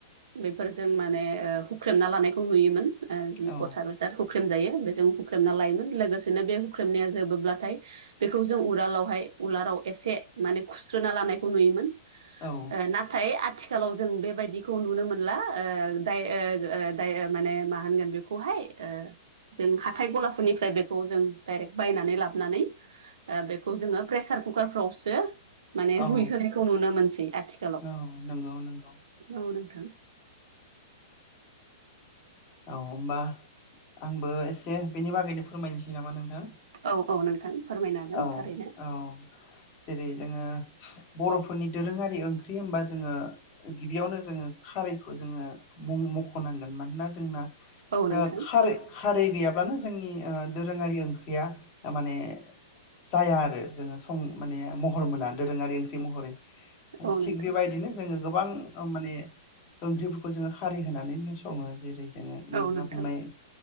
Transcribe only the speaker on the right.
बेफोरजों माने ओ हुख्रेमना लानायखौ नुयोमोन ओ जि
गथा बेसाद हुख हुख्रेम जायो बेजों हुख्रेमना लायोमोन लोगोसेनो बे हुख्रेमनाया जोबोब्लाथाय बेखौ जों उरालावहाय उलालाव एसे माने खुस्रोना लानायखौ नुयोमोन।
ओ नाथाय आथिखालाव जों बेबायदिखौ नुनो मोनला दाय ओ दायो माने मा होनगोन बेखौहाय ओ जों हाथाइ गलाफोरनिफ्राय बेखौ जों डाइरेक्ट बायनानै लाबोनानै ओ बेखौ जोङो प्रेसार कुकारफ्रावसो माने
रुइहोनायखौ नुनो मोनसै आथिखालाव
औ नोंथां
औ औ नोंथां फोरमायनो हागोन
थारैनो
औ नोंथां
औ नोंथां
औ नोंथां